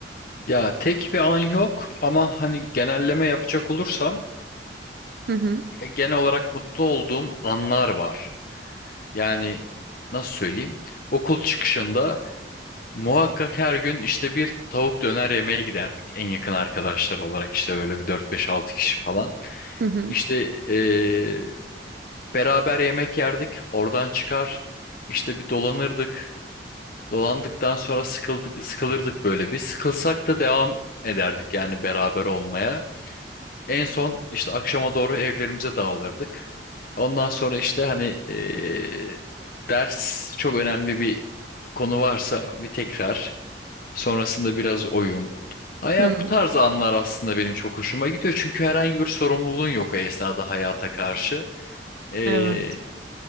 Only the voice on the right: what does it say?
Hı hı.
Hı hı.
Hı.
Evet.